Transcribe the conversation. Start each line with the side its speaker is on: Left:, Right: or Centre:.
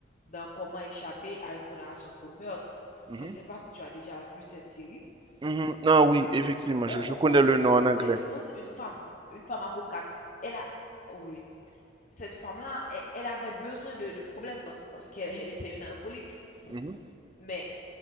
Left: dans Comment échapper à une condamnation pour meurtre.
Right: mhm,
Left: Je ne sais pas si tu as déjà vu cette série.
Right: mhm. Ah oui, effectivement,
Left: On,
Right: je, je
Left: on-
Right: connais
Left: on nous,
Right: le nom
Left: on-
Right: en
Left: on
Right: anglais.
Left: nous expose une femme, une femme avocate. Elle a, oui, cette femme-là, elle, elle avait besoin de, de problèmes parce, parce qu'elle elle était une alcoolique. Bon,
Right: Mhm,
Left: mais